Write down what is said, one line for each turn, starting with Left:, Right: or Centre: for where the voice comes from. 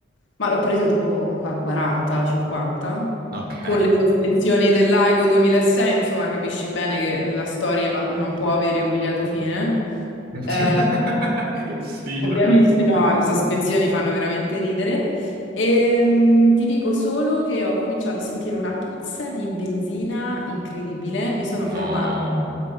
Left: ma l'ho preso tipo comunque a 40-50,
Right: Ok.
Left: con le sospensioni dell'Aigo 2006, insomma capisci bene che la storia non può avere un lieto fine.
Right: <laughs>
Left: Eh,
Right: Sì,
Left: Ovviamente
Right: lo capisco.
Left: no, le sospensioni fanno veramente ridere. E, ti dico solo che ho cominciato a sentire una puzza di benzina incredibile. Mi sono
Right: No.
Left: fermata